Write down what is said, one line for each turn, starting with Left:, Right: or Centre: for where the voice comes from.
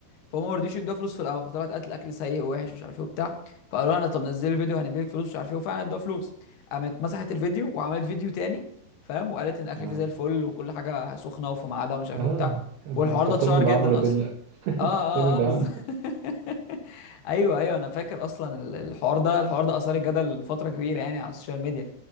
Left: فهم ما رضيوش يدوها فلوس في الاول فطلعت قالت الاكل سيء ووحش ومش عارف ايه وبتاع فقالوا لها طب نزلي الفيديو هنديلك فلوس مش عارف ايه وفعلا ادوها فلوس قامت مسحت الفيديو وعملت فيديو تاني فاهم وقالت ان الاكل
Right: اه
Left: فيه زي الفل وكل حاجه سخنه وفي ميعادها ومش عارف
Right: اه
Left: ايه وبتاع
Right: انت
Left: والحوار
Right: تفكرني
Left: ده اتشهر
Right: بعمرو
Left: جدا
Right: بيلا
Left: اصلا
Right: <laughs> انت
Left: اه اه
Right: تفكرني بعمرو
Left: اه بالظبط <laughs> ايوه ايوه انا فاكر اصلا ال- الحوار ده الحوار ده اثار الجدل فتره كبيره يعني على السوشيال ميديا